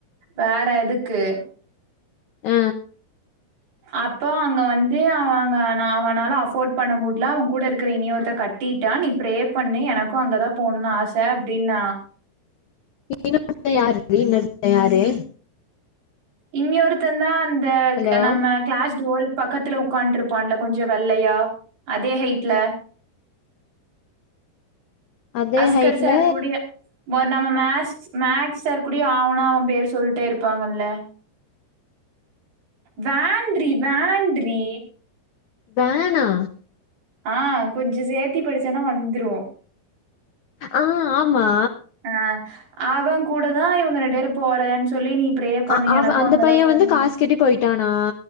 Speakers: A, on the right; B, on the left.
A: வேற எதுக்கு
B: ஆ
A: அப்போ அங்க வந்து அவங்க அவனால அஃபோர்ட் பண்ண முடில அவ கூட இருக்கிற இனி ஒருத்த கட் டீட்டா நீ பிரே பண்ணு எனக்கு அங்கதா போணுனு ஆச அப்டின்னா
B: இன்னொருத்த யாருடி இன்னொருத்த யாரு
A: இன்னியொருத்த தா அந்த
B: ஹலோ
A: நம்ம கிளாஸ் டோர்க்கு பக்கத்துல ஒக்கான்ட்டு இருப்பான்ல கொஞ்ச வெள்ளையா அதே ஹைட்ல
B: அதே
A: அஸ்கர்
B: ஹைட்ல
A: சார் கூடிய ஒரு நம்ம மேக்ஸ் மேக்ஸ் சார் கூடிய ஆ வுனா அவ பேர் சொல்ட்டே இருப்பாங்கல்ல வேன்றி வேன்றி
B: வேணா
A: ஆ கொஞ்ச சேத்தி படிச்சன்னா வந்ரு
B: ஆ ஆமா
A: ஆ அவங்கூடதா இவங்க ரெண்டு பேரு போறேன் சொல்லி நீ ப்ரே பண்ணு
B: அ அவ
A: எனக்கும்
B: அந்த
A: அங்கதா
B: பைய
A: போணும்னு.
B: வந்து காஸ் கட்டி போயிட்டானா